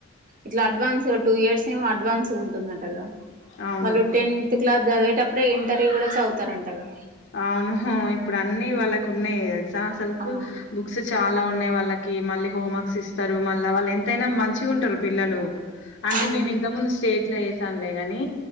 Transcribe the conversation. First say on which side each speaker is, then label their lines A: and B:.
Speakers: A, on the right; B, on the left.
A: ఇట్లా అడ్వాన్స్ టూ ఇయర్స్ ఏమో అడ్వాన్స్ ఉంటుందటగా
B: అవును
A: వాళ్ళు టెన్త్ క్లాస్ చదివేటప్పుడే ఇంటర్వూ కూడా చదువుతారంటగా
B: అవును ఇప్పుడు అన్నీ వాళ్ళకు ఉన్నాయి తెలుసా అసలుకు
A: ఆ
B: బుక్స్ చాలా ఉన్నాయి వాళ్ళకి మళ్ళీ హోమ్వర్క్స్ ఇస్తారు మళ్ళీ వాళ్ళు ఎంతైనా మంచిగా ఉంటారు పిల్లలు అంటే
A: ఉమ్
B: మేము ఇంత ముందు స్టేట్ లో వేసాంలే గాని